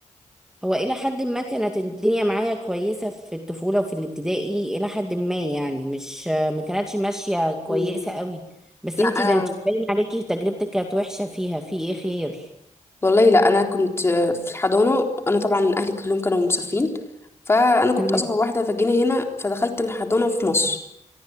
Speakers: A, in the centre; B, on the left.
A: هو إلى حد ما كانت الدنيا معايا كويسة في الطفولة وفي الابتدائي إلى حد ما يعني مش ما كانتش ماشية كويسة
B: مم.
A: قوي بس
B: لا
A: انتي
B: أنا
A: ده انت باين عليكي تجربتك كانت وحشة فيها في ايه خير؟
B: والله لا أنا كنت في الحضانة أنا طبعا أهلي كلهم كانوا مسافرين فأنا كنت
A: مم.
B: أصغر واحدة فجينا هنا فدخلت الحضانة في مصر